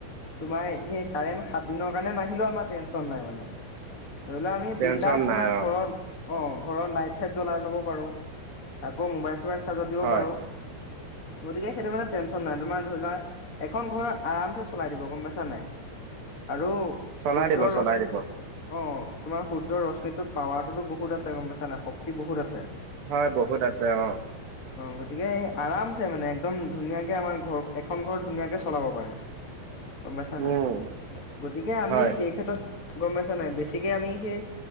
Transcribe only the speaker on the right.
টেনচন
নাই অ',
হয়।
চলাই
দিব, চলাই
দিব,
হয় বহুত আছে অ'।
উম,
হয়,